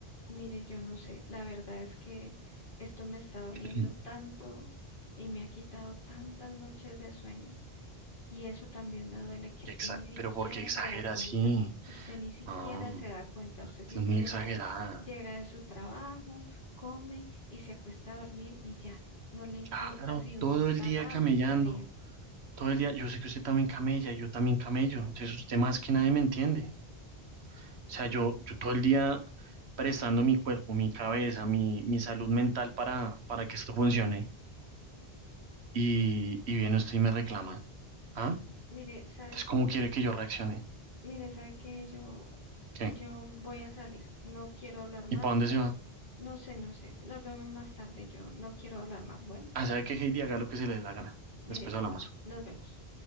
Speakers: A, on the left (about 55°); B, on the right (about 80°).
A: mire, yo no sé. La verdad es que esto me está doliendo
B: <clears throat>
A: tanto y me ha quitado tantas noches de sueño. Y eso también me duele que
B: Que
A: usted
B: exa-
A: ni siquiera
B: Pero ¿por qué exagera
A: se da cuenta.
B: así?
A: Usted ni siquiera
B: No,
A: se da cuenta. Usted simplemente
B: es muy exagerada.
A: llega de su trabajo, come y se acuesta a dormir y ya. No le importa
B: Claro,
A: si uno
B: todo
A: está
B: el día
A: mal
B: camellando.
A: o está bien.
B: todo el día, yo sé que usted también camella, yo también camello, entonces usted más que nadie me entiende. O sea, yo, yo todo el día prestando mi cuerpo, mi cabeza, mi, mi salud mental para, para que esto funcione y, y viene usted y me reclama. ¿Ah?
A: Mire, ¿sabe
B: Entonces,
A: qué?
B: ¿cómo quiere que yo reaccione?
A: Mire, sabe que yo,
B: ¿Qué?
A: yo voy a salir, no quiero hablar más,
B: ¿Y para dónde se va?
A: no sé, no sé, nos vemos más tarde, yo no quiero hablar más. Bueno,
B: Ah, sabe que Heidi haga lo que se le dé la gana.
A: mire,
B: Después hablamos.
A: nos vemos.